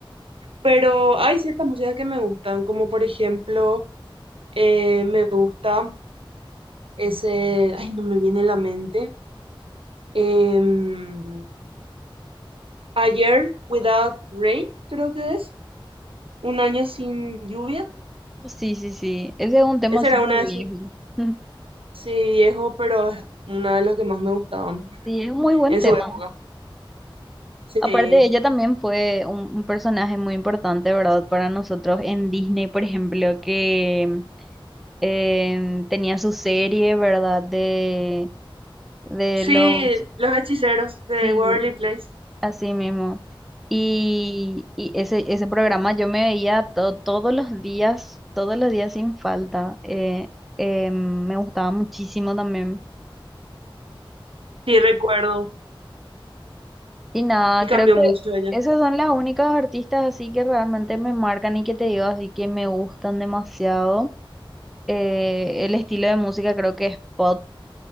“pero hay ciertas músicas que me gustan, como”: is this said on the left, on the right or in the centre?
Right